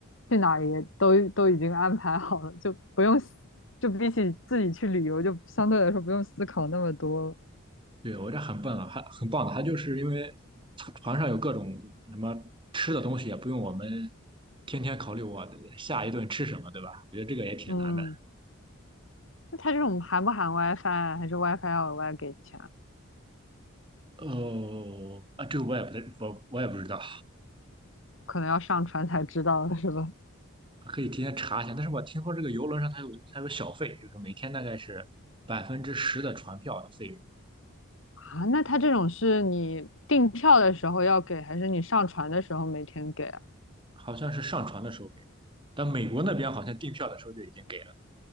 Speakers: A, on the left (about 65°); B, on the right (about 25°).
A: 去哪儿也都都已经安排好了，就不用思就比起自己去旅游，就相对来说不用思考那么多了
B: 对，我这很笨啊，还很棒的。他就是因为船上有各种什么吃的东西，也不用我们天天考虑我下一顿吃什么，对吧？我觉得这个也挺难的。
A: 嗯，那它这种含不含 WiFi 啊还是 WiFi 要额外给钱啊？
B: 哦，啊，这个我也不太，我我也不知道，
A: 可能要上船才知道的是吧？
B: 可以提前查一下。但是我听说这个游轮上它有它有小费，就是每天大概是百分之十的船票的费用，
A: 啊，那他这种是你订票的时候要给，还是你上船的时候每天给啊？
B: 好像是上船的时候给，但美国那边好像订票的时候就已经给了。